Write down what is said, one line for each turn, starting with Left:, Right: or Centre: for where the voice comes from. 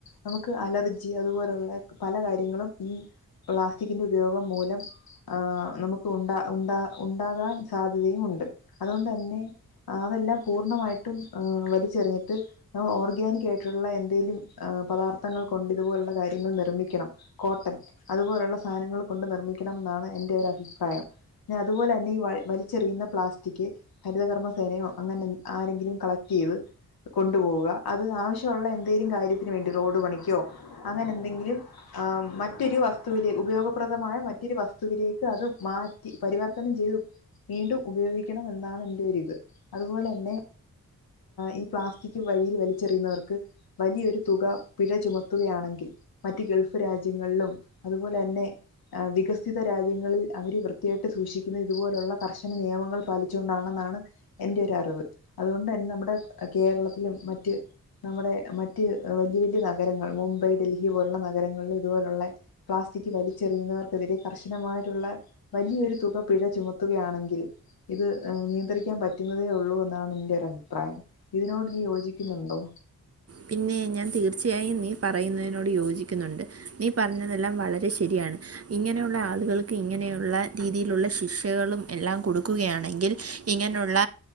Left: നമുക്ക് അലർജി അതുപോലുള്ള പല കാര്യങ്ങളും ഈ പ്ലാസ്റ്റിക്കിന്റെ ഉപയോഗം മൂലം ആഹ് നമുക്ക് ഉണ്ടാ ഉണ്ടാ ഉണ്ടാകാൻ സാധ്യതയും ഉണ്ട് അതുകൊണ്ട് തന്നെ അതെല്ലാം പൂർണ്ണമായിട്ടും വലിച്ചെറിഞ്ഞിട്ട് ഓർഗാനിക്ക് ആയിട്ടുള്ള എന്തെങ്കിലും പദാർത്ഥങ്ങൾ കൊണ്ട് ഇതുപോലുള്ള കാര്യങ്ങൾ നിർമ്മിക്കണം. കോട്ടൺ അതുപോലുള്ള സാധനങ്ങൾ കൊണ്ട് നിർമ്മിക്കണം എന്നാണ് എന്റെ ഒരു അഭിപ്രായം. അതുപോലെ തന്നെ ഈ വ വലിച്ചെറിയുന്ന പ്ലാസ്റ്റിക്. ഹരിതകർമ്മ സേനയോ അങ്ങനെ ആരെങ്കിലും കളക്ട് ചെയ്ത് കൊണ്ടു പോവുക അത് ആവശ്യമുള്ള എന്തെങ്കലും കാര്യത്തിന് വേണ്ടി റോഡ് പണിക്കോ അങ്ങനെ എന്തെങ്കിലും, ആ മറ്റൊരു വസ്തുവിലെ ഉപയോഗപ്രദമായ മറ്റൊരു വസ്തു വസ്തുവിലേക്ക് അത് മാറ്റി പരിവർത്തനം ചെയ്തു വീണ്ടും ഉപയോഗിക്കണം എന്നാണ് എന്റെ ഒരിത് അതുപോലെ തന്നെ ഈ പ്ലാസ്റ്റിക് വഴിയിൽ വലിച്ചെറിയുന്നവർക്ക് വലിയൊരു തുക പിഴ ചുമത്തുകയാണെങ്കിൽ മറ്റ് ഗൾഫ് രാജ്യങ്ങളിലും അതുപോലെ തന്നെ. വികസിത രാജ്യങ്ങളിൽ അവര് വൃത്തിയായിട്ട് സൂക്ഷിക്കുന്നത് ഇതുപോലെയുള്ള കർശന നിയമങ്ങൾ പാലിച്ചുകൊണ്ടാണെന്നാണ്. എന്റെ ഒരു അറിവ് അതുകൊണ്ട് തന്നെ നമ്മുടെ കേരളത്തിലും മറ്റ് നമ്മുടെ മറ്റ് വലിയ വലിയ നഗരങ്ങൾ മുംബൈ ഡൽഹി പോലുള്ള നഗരങ്ങളും ഇതുപോലുള്ള പ്ലാസ്റ്റിക് വലിച്ചെറിയുന്നവർക്കെതിരെ കർശനമായിട്ടുള്ള വലിയൊരു തുക പിഴ ചുമത്തുകയാണെങ്കിൽ ഇത് നിയന്ത്രിക്കാൻ പറ്റുന്നതേ ഉള്ളൂ എന്നാണ് എൻന്റെ ഒരു അഭിപ്രായം. ഇതിനോട് നീ യോജിക്കുന്നുണ്ടോ?
Right: പിന്നെ ഞാൻ തീർച്ചയായും നീ പറയുന്നതിനോട് യോജിക്കുന്നുണ്ട്, നീ പറഞ്ഞതെല്ലാം വളരെ ശരിയാണ്. ഇങ്ങനെയുള്ള ആളുകൾക്ക് ഇങ്ങനെയുള്ള രീതിയിലുള്ള ശിക്ഷകളും എല്ലാം കൊടുക്കുകയാണെങ്കിൽ ഇങ്ങനെയുള്ള